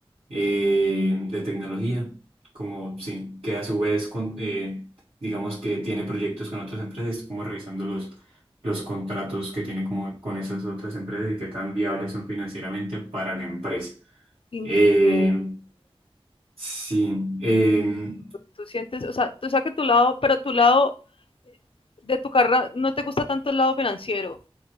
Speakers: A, on the right; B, on the left.
A: eh, de tecnología, como sí, que a su vez, con, eh, digamos que tiene proyectos con otras empresas, estoy como revisando los, los contratos que tiene como con esas otras empresas y qué tan viables son financieramente para la empresa.
B: Increíble.
A: Eh, Sí, em,
B: Tú sientes, o sea, tú sabes que tu lado, pero tu lado de tu carrera no te gusta tanto el lado financiero,